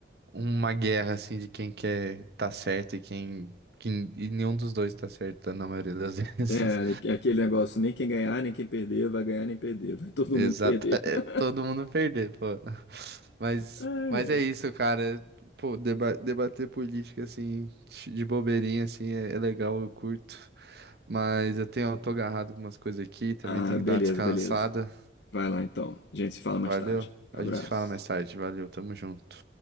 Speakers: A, on the right (about 65°); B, on the left (about 85°).
A: uma guerra assim de quem quer tá certo e quem, quem e nenhum dos dois tá certo na maioria das <laughs> vezes.
B: É, é aquele negócio, nem quem ganhar, nem quem perder, vai ganhar nem perder, vai todo
A: Exato,
B: mundo perder.
A: é,
B: <laughs>
A: todo mundo perder, pô. Mas
B: Ai,
A: mas
B: ai.
A: é isso, cara. Pô, deba- debater política assim de bobeirinha assim é, é legal, eu curto. Mas eu tenho, eu tô agarrado com umas coisas aqui, também
B: Ah,
A: tenho
B: beleza,
A: que dar uma descansada.
B: beleza. Vai lá então. A gente se fala
A: Valeu.
B: mais tarde.
A: A
B: Abraço.
A: gente fala mais tarde. Valeu, tamo junto.